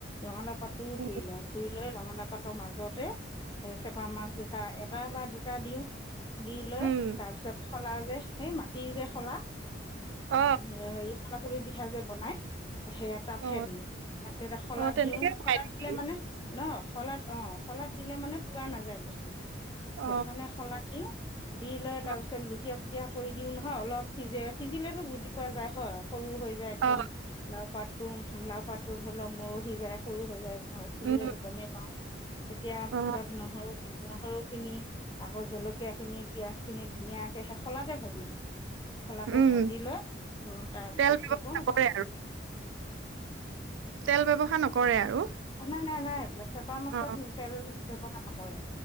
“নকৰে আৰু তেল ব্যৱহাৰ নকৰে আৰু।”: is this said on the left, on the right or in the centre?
Right